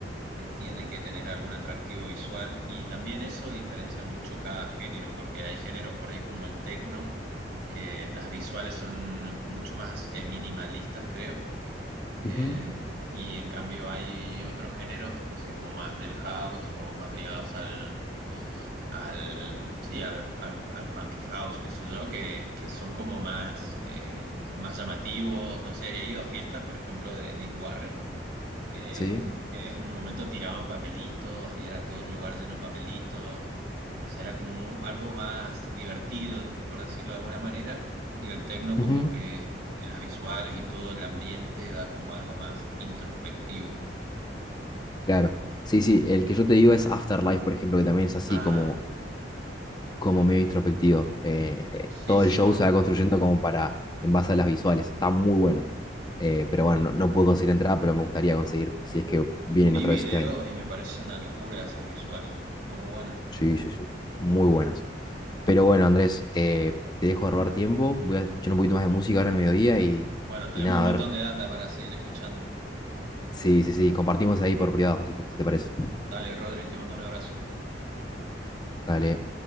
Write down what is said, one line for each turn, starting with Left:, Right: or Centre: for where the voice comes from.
Right: eh, tiene que tener algún atractivo visual. Y también eso diferencia mucho cada género, porque hay géneros por ahí como el techno, que las visuales son mucho más eh, minimalistas, creo.
Left: ujú,
Right: Eh, y en cambio hay otros géneros, no sé, como más del house o más ligados al al, sí, al, al, al funky house, qué sé yo, que, que son como más, eh, más llamativos. No sé, he ido a fiestas, por ejemplo, de Nick Warren, que,
Left: sí,
Right: que en un momento tiraban papelitos y era todo el lugar lleno de papelitos. No sé, era como un- algo más divertido, por decirlo de alguna manera, y el techno
Left: ujú,
Right: como que, que las visuales y todo el ambiente da como algo más introspectivo.
Left: claro. Sí, sí, el que yo te digo es Afterlife, por ejemplo, que también es así
Right: Ah,
Left: como como medio introspectivo. Eh, eh,
Right: sí,
Left: todo
Right: sí,
Left: el show
Right: conozco.
Left: se va construyendo como para, en base a las visuales. Está muy bueno. Eh, pero bueno, no, no pude conseguir entrada, pero me gustaría conseguir si es que vienen
Right: Vi
Left: otra
Right: videos
Left: vez este año.
Right: y me parece una locura esas visuales. Muy buenas.
Left: Sí, sí, sí. Muy buenas. Pero bueno, Andrés, eh, te dejo de robar tiempo. Voy a escuchar un poquito más de música ahora en el mediodía y,
Right: Bueno, tenemos
Left: y nada,
Right: un montón
Left: a ver.
Right: de data para seguir escuchando.
Left: Sí, sí, sí. Compartimos ahí por privado, así que si te parece.
Right: Dale, Rodri, te mando un abrazo.
Left: Dale.